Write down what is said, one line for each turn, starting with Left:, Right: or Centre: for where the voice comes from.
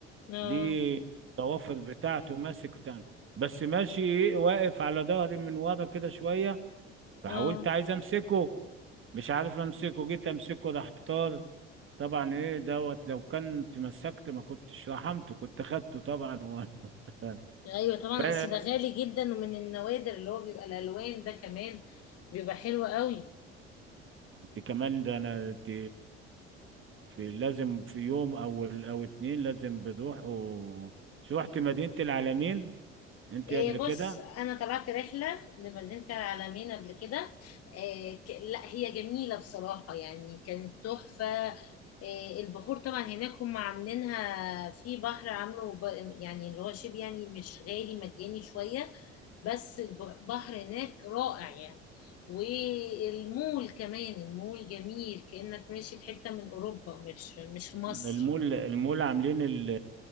Left: <laughs> اه
Right: ليه الضوافر بتاعته ماسك بتاع بس ماشي ايه واقف على ظهري من ورا كده شويه فحاولت
Left: اه
Right: عايز امسكه مش عارف امسكه جيت امسكه راح طار طبعا ايه دوت لو كان تمسكت ما كنتش رحمته كنت خدته طبعا و... <laughs>
Left: ايوه طبعا
Right: فانت
Left: اصل ده غالي جدا ومن النوادر اللي هو بيبقى الالوان ده كمان بيبقى حلو قوي
Right: كمان ده انا انت في لازم في يوم او او اتنين لازم بتروح و... شو رحت مدينة العالمين انت
Left: إيه
Right: قبل
Left: بص
Right: كده
Left: انا طلعت رحله لمدينه العلمين قبل كده إيه ك... لا هي جميله بصراحه يعني كانت تحفه إيه البحور طبعا هناك هم عاملينها في بحر عامله ب... يعني اللي هو شبه يعني مش غالي مجاني شويه بس البحر هناك رائع يعني والمول كمان المول جميل كأنك ماشي في حتة من أوروبا مش مش في مصر
Right: المول المول عاملين ال-